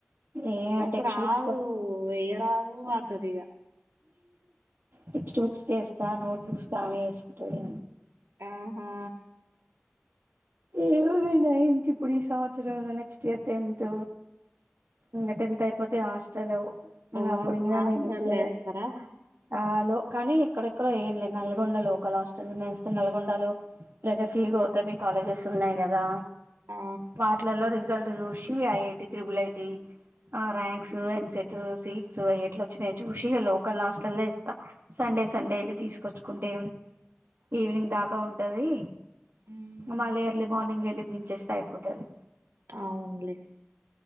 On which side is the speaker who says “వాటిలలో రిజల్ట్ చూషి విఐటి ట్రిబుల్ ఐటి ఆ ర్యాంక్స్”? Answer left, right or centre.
Right